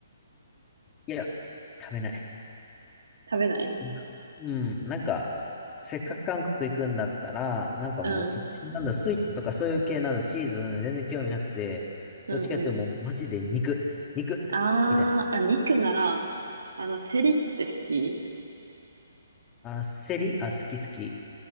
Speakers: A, on the left; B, on the right.
A: いや、食べない。
B: 食べない
A: なんかうん、なんか、せっかく韓国行くんだったら、なんかもうそっちなんだ、
B: うん、
A: スイーツとかそういう系なの、チーズ、全然興味なくて、
B: うん、
A: どっちかっていうともうマジで肉、
B: うん
A: 肉、
B: あーあ、
A: みたいな。
B: 肉なら、あの、セリって好き
A: あ、セリ、あ、好き好き。